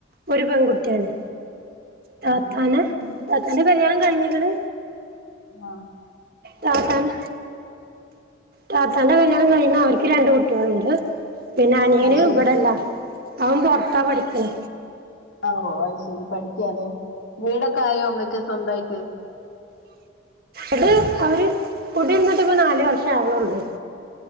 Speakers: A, on the right (about 50°); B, on the left (about 85°).
A: ഒര് പെങ്കുട്ടിയാണ് താത്താനെ
B: ആഹ് പെൺകുട്ടി
A: താത്താന്റെ കല്യാണം കഴിഞ്ഞ്ക്ക്ണ്
B: ആഹ്
A: താത്താനെ താത്താന്റെ കല്യാണം കഴിണ അവർക്ക് രണ്ട് കുട്ടിയാൾ ഇണ്ട് പിന്നെ അനിയെന്
B: അത് ശരി
A: ഇവെടെ ഇല്ലാ അവൻ പൊർത്താ പഠിക്ക്ണെ
B: ആവോ അഹ് ശരി പഠിക്കാലെ വീടൊക്കെ ആയോ ഇങ്ങെക്ക് സ്വന്തയിറ്റ്
A: ഇത് അവര് കുടി ഇര്ന്ന്ട്ട് ഇപ്പോ നാല് വർഷം ആക്ണ് ഒള്ളെയ്